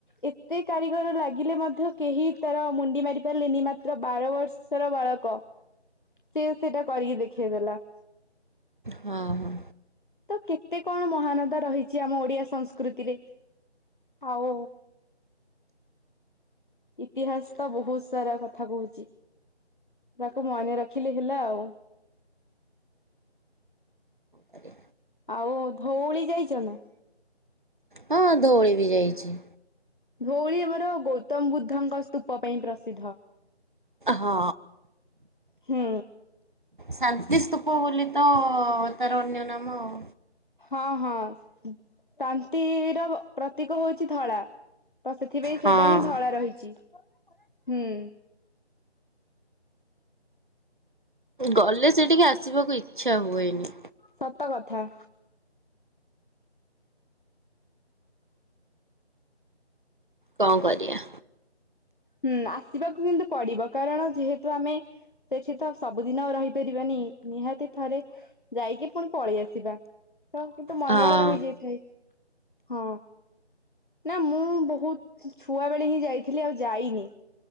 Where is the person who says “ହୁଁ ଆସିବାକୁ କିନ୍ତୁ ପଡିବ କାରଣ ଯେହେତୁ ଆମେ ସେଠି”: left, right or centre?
Left